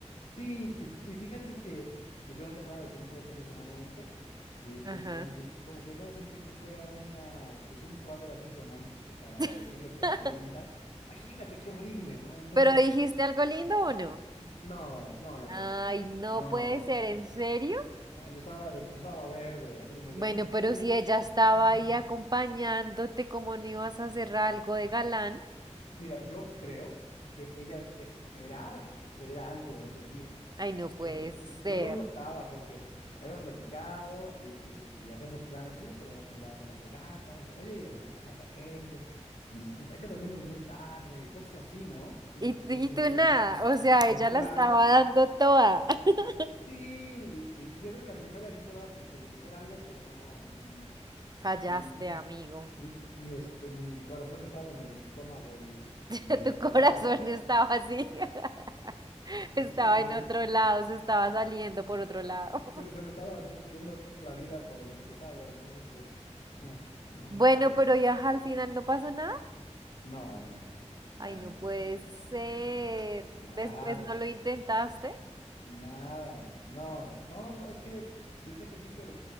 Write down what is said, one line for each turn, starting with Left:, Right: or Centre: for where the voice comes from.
Left: Sí, y, fí- y fíjate que, pues yo no tenía nada de confianza en ese momento. Y pues
Right: Ajá.
Left: como que, como que no sentía que fuera una, pues un cuadro así romántico para
Right: <laughs>
Left: decirle cosas lindas. Imagínate qué horrible, ¿no? Entonces,
Right: ¿Pero dijiste algo lindo o no?
Left: no, no, la
Right: Ay,
Left: verdad que no pude.
Right: no
Left: No,
Right: puede
Left: no
Right: ser,
Left: pude.
Right: ¿en serio?
Left: No, yo estaba, de- yo estaba verde, así me decía,
Right: Bueno,
Left: oye, tú
Right: pero
Left: te ves
Right: si ella estaba
Left: verde.
Right: ahí acompañándote, ¿cómo no ibas a hacer algo de galán?
Left: Mira, yo creo que ella esperaba que sucediera algo ese día.
Right: Ay, no puede
Left: Yo, o sea,
Right: ser.
Left: yo, yo lo notaba porque habíamos platicado y, y- y hacemos planes, oye, pero en la, en la fogata, eso, oye, y en la fogata aquello, y, y hay que dormirnos muy tarde, y cosas así, ¿no? Así
Right: Y,
Left: muy,
Right: tú- y
Left: muy
Right: tú
Left: lindas,
Right: nada,
Left: en,
Right: o sea,
Left: en
Right: ella
Left: plan.
Right: la estaba dando toda. <laughs>
Left: Sí, y- y yo creo que al final ella sí esperaba como que le dijera algo, pero no, no, no.
Right: Fallaste,
Left: mi, mi,
Right: amigo.
Left: mi, mi, este, mi corazón estaba en el estómago y,
Right: <laughs>
Left: y en el
Right: Tu
Left: excusado.
Right: corazón
Left: ah,
Right: estaba
Left: <laughs>
Right: así. <laughs> Estaba
Left: Se, se- se
Right: en
Left: me,
Right: otro lado, se estaba saliendo por otro lado.
Left: se- se me estaba ye- yendo la vida por el excusado, entonces pues no, no,
Right: Bueno,
Left: no, no,
Right: pero ya al final no pasó nada.
Left: no, nada, nada,
Right: Ay, no puede
Left: nada,
Right: ser.
Left: nada, nada,
Right: Después no lo intentaste.
Left: nada, no, no, no, es que yo sé que sí, pero